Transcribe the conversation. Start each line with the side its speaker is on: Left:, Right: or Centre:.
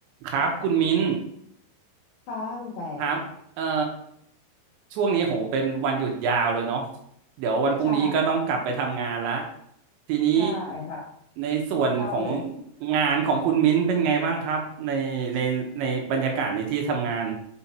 Right: ครับคุณมิ้น
Left: ค่ะคุณแฟร์
Right: ครับเอ่อช่วงนี้โหเป็นวันหยุดยาวเลยเนาะเดี๋ยววันพรุ่งนี้ก็ต้องกลับไปทำงานละ
Left: ใช่
Right: ทีนี้
Left: ใช่ค่ะ
Right: ในส่วนของ
Left: เศร้าเลย
Right: งานของคุณมิ้นเป็นไงบ้างครับในในในบรรยากาศในที่ทำงาน